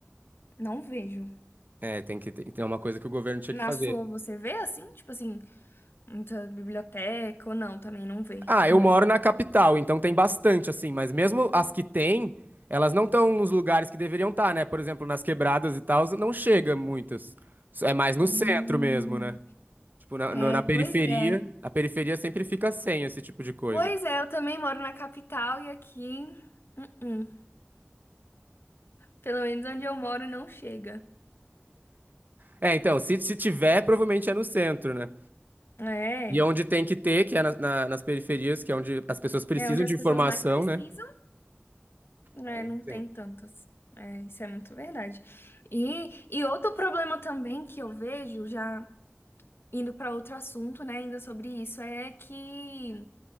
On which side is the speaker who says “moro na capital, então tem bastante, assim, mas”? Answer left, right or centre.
Right